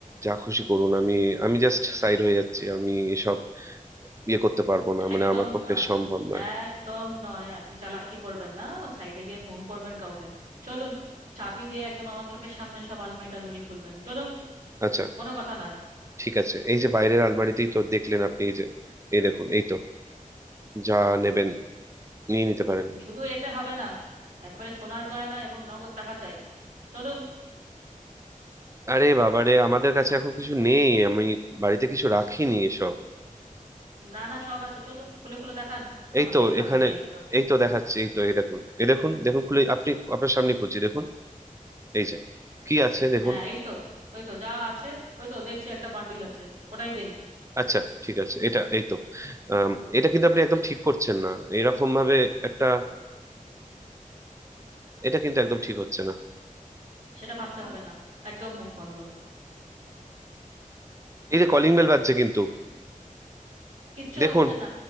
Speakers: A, on the right (about 20°); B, on the right (about 60°).
A: যা খুশি করুন আমি আমি জাস্ট সাইড হয়ে যাচ্ছি আমি এসব ইয়ে করতে পারবো না মানে
B: একদম
A: আমার পক্ষে
B: নয়
A: সম্ভব নয়
B: একদম নয় আপনি চালাকি করবেন না সাইডে গিয়ে ফোন করবেন কাউকে চলুন চাবি দিয়ে একদম আমার চোখের সামনে সব আলমারি টালমারি খুলবেন চলুন
A: আচ্ছা
B: কোনো কথা নয়
A: ঠিক আছে এই যে বাইরের আলমারিতেই তো দেখলেন আপনি এই যে এই দেখুন এই তো যা নেবেন নিয়ে নিতে পারেন
B: শুধু এতে হবে না একেবারে সোনার গয়না এবং নগদ টাকা চাই চলুন
A: আরে বাবারে আমাদের কাছে এখন কিছু নেই আমি বাড়িতে কিছু রাখিনি এসব
B: না না সব আছে চলুন খুলে খুলে দেখান আমাকে
A: এই তো
B: আলমারি
A: এখানে
B: একদম
A: এই তো দেখাচ্ছি এই তো এই দেখুন এই দেখুন দেখুন খুলে আপনি আপনার সামনে খুলছি দেখুন এই যে কি আছে দেখুন
B: হ্যাঁ এই তো ওই তো যা আছে ওই তো দেখছি একটা বান্ডিল আছে ওটাই দিন
A: আচ্ছা ঠিক আছে এটা এই তো আম, এটা কিন্তু আপনি একদম ঠিক করছেন না এরকম ভাবে একটা এটা কিন্তু একদম ঠিক হচ্ছে না
B: সেটা ভাবতে হবে না একদম মুখ বন্ধ
A: এই যে কলিং বেল বাজছে কিন্তু
B: কিচ্ছু
A: দেখুন
B: হচ্ছে না